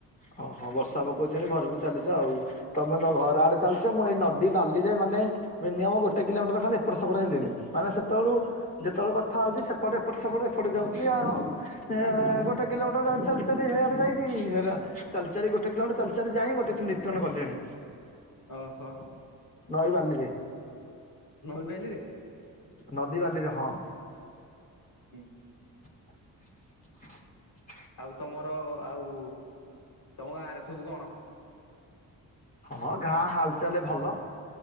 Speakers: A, on the left; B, on the left.
A: ଓ ହଁ ବର୍ଷା ପକଉଛି ବୋଲି ଘରୁକୁ ଚାଲିଛ ଆଉ ତମେ ତମ ଘର ଆଡେ ଚାଲୁଛ ମୁଁ ଏଇ ନଦୀ ଦି ବାଲିରେ ମାନେ ମିନିମମ୍ ଗୋଟେ କିଲୋମିଟର ଖାଲି ଏପଟ ସେପଟ ହେଲିଣି ମାନେ ସେତେବେଳୁ ଯେତେବେଳୁ କ ଥା ହଉଛି ସେପଟେ ଏପଟ ସେପଟ ଏପଟେ ଯାଉ ଛି ଆଉ ସେ ଗୋଟେ କିଲୋମିଟର ଯାଉଛି ଚାଲି ଚାଲି ହେଆଡେ ଯାଇଛି ରା ଚାଲ ଚାଲି ଗୋଟେ କିଲୋମିଟର ଚାଲ ଚାଲି ଯାଇଁ ଗୋଟେ ନିଦ୍ରଣ କଲିଣି।
B: ଅ ହଁ।
A: ନଈ ବାଲିରେ।
B: ନଈ ବାଲିରେ।
A: ନଦୀ ବାଲିରେ ହଁ।
B: <inaudible>
A: <inaudible>
B: ଆଉ ତମର ଆଉ ତମ ଗାଁରେ ସବୁ କଣ
A: ହଁ ଗାଁ ହାଲଚାଲ ଭଲ